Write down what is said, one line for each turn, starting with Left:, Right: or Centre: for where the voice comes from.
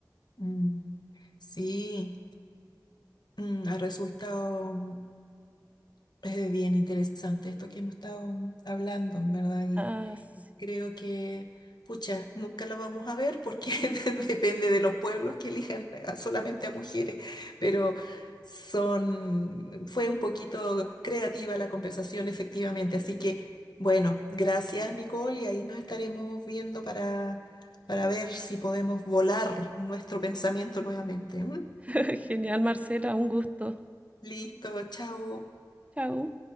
Left: Mm. Sí, Mm, ha resultado mm, eh, bien interesante esto que hemos estado hablando, en verdad, y
Right: Ah, sí.
Left: creo que, pucha, nunca lo vamos a ver porque <laughs> depende de los pueblos que elijan a- solamente a mujeres, pero son, fue un poquito creativa la conversación, efectivamente, así que, bueno, gracias, Nicole, y ahí nos estaremos viendo para, para ver si podemos volar nuestro pensamiento nuevamente. ¿m?
Right: <laughs> Genial, Marcela, un gusto.
Left: Listo, chao.
Right: Chao.